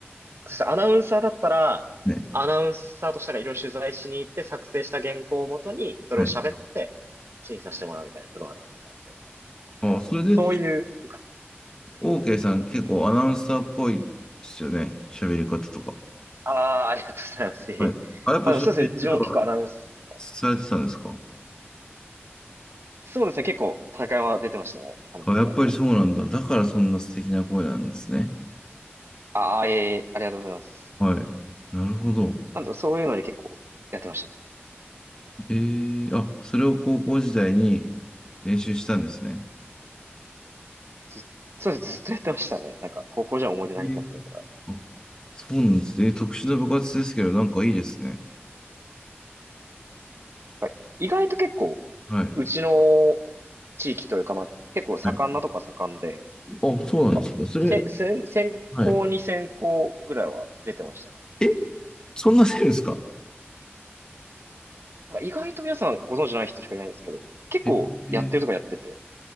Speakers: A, on the right (about 70°); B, on the left (about 20°).
A: そしてアナウンサーだったら、
B: ね。
A: アナウンサーとしてがいろいろ取材しに行って作成した原稿をもとにそれを喋って審査してもらうみたいなプロアナウンサーをしてるみたいな。
B: はい。あ、
A: だからそういう部活。
B: それで言うと、OK さん結構アナウンサーっぽいですよね。喋り方とか。
A: ああ、ありがとうございます。<laughs> いえいえまあでもそうですね、
B: はい。あ、やっぱそういう練習とか
A: 自分も結構アナウンス、
B: されてたんですか
A: そうですね、結構大会は出てましたね、アナウンサーで。
B: あ、やっぱりそうなんだ。だからそんな素敵な声なんですね。
A: ああ、いえいえ、ありがとうございます。
B: はい。なるほど。
A: なんで、そういうのに結構やってましたね。
B: ええあ、それを高校時代に練習したんですね。
A: ず、そうです、ずっとやってましたね。なんか、高校時代の思い出何かって言われ
B: えーあ、そうなんです。えー特殊な部活ですけど、なんかいいですね。
A: たら、やっぱ意外と結構、
B: はい。
A: うちの地域というか、まあ、結構盛んなとこは盛んで、
B: はいあ、そうなんですね。
A: なんか、
B: それ、
A: せ、せ、専攻に専攻ぐらいは出てましたね。
B: はい。え、そんなせるんですか
A: なんか意外と皆さんご存知ない人しかいないんですけど、結構やってるとかやってて、
B: えー、